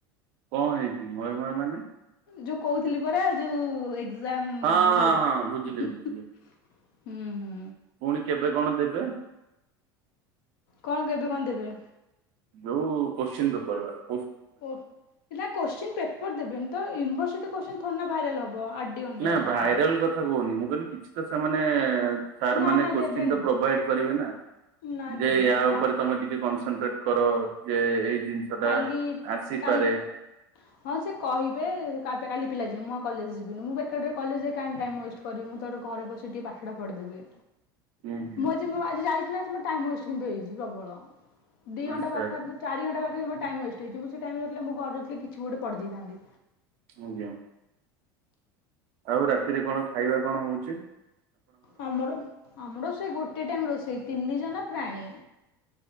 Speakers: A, on the right (about 60°); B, on the left (about 70°).
A: କଣ ହେଇଚି ମୋୟେ ମୋୟେ ମାନେ?
B: ଯୋଉ କହୁଥିଲି ପରା ଯୋଉ ଏକ୍ଜାମଟ
A: ହଁ ହଁ ହଁ
B: ନୋଟ
A: ବୁଝିଲି ବୁଝିଲି।
B: ହୁଁ ହୁଁ।
A: ପୁଣି କେବେ କଣ ଦେବେ?
B: କଣ କେବେ କଣ ଦେବେ?
A: ଯୋଉ କୋଶ୍ଚିନ ପେପର ବା।
B: ଓହୋ ନା କୋଶିନ ପେପର ଦେବେନି ତ ୟୁନିଭର୍ସିଟି କୋଶ୍ଚି ଥୋଡ଼ି ନା ଭାଇରାଲ୍ ହବ। ଡି ଅଣ୍ଡର
A: ନା ଭାଇରାଲ
B: ଆ
A: କଥା କହୁନି ମୁଁ କହିଲି କିଛି ତ ସେମାନେ ସାର୍
B: ନା
A: ମାନେ
B: ନା
A: କୋ
B: ଦେବେନି
A: ଚିନ ପ୍ରୋଭାଇଡ କରିବେ ନା
B: ନା
A: ଯେ
B: ଦେବେନି
A: ୟା
B: କା
A: ଉପରେ ତମେ ଟିକେ କନସନଟ୍ରେଟ ତାଙ୍କର ଯେ ଏଇ ଜିନିଷ ଟା
B: କାଲି
A: ଆସିପାରେ
B: କାଲି ହଁ ସେ କହିବେ କାଲି ପିଲା ଯିବେ ମୁଁ କଲେଜ ଯିବିନି ମୁଁ ବେକାରଟାରେ କଲେଜ ଯାଇ କାଇଁ ଟାଇମ୍ ୱେଷ୍ଟ କରିବି ମୁଁ ତ ଘରେ ବସିିକେ ଟିକେ ପାଠା ପଢ଼ଦେବି
A: ହୁଁ ହୁଁ
B: ମୁଁ ଆଜି ମୁଁ ଆଜି ଯାଇଚି ନା ଆଜି ମୋ ଟାଇମ୍ ୱେଷ୍ଟ କିନ୍ତୁ ହେଇଚି ପ୍ରବଳ ଦି
A: ଆଚ୍ଛା
B: ଘଣ୍ଟା ପାଖରେ ଚାରି ଘଣ୍ଟା ପାଖରେ ଟାଇମ୍ ୱେଷ୍ଟ ହୋଇଛି ମୁଁ ସେ ଟାଇମ୍ ରଖ ମୁଁ ଘରେ ରହିଥିଲେ କିଛି ଗୋଟେ ପଡ଼ି ଦେଇଥାନ୍ତି।
A: ଆଜ୍ଞା। ଆଉ ରାତିରେ କଣ ଖାଇବା କଣ ହଉଚି?
B: ଆମର ଆମର ସେ ଗୋଟେ ଟାଇମ୍ ରୋଷେଇ ତିନି ଜଣ ପ୍ରାଣୀ